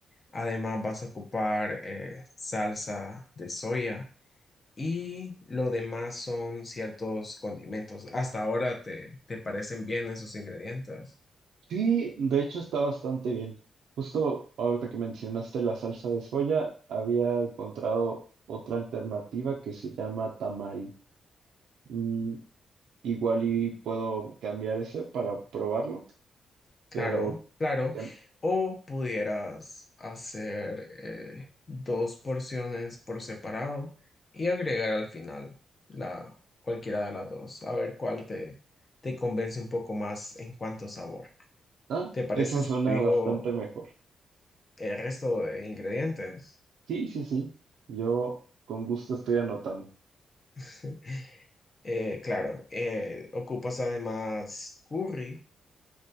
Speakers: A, on the left; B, on the right.
A: Además, vas a ocupar eh, salsa de soya y lo demás son ciertos condimentos. Hasta ahora te, te parecen bien esos ingredientes.
B: Sí, de hecho está bastante bien. Justo ahorita que mencionaste la salsa de soya, había encontrado otra alternativa que se llama tamari. Mm, Igual y puedo cambiar ese para probarlo,
A: Claro,
B: pero
A: claro.
B: que-
A: O pudieras hacer eh, dos porciones por separado y agregar al final la, cualquiera de las dos. A ver cuál te, te convence un poco más en cuanto a sabor.
B: ah,
A: ¿Te parece
B: eso
A: si
B: suena
A: te digo
B: bastante mejor.
A: el resto de ingredientes?
B: Sí, sí, sí. Yo con gusto estoy anotando.
A: <laughs> Eh, claro, eh, ocupas además curry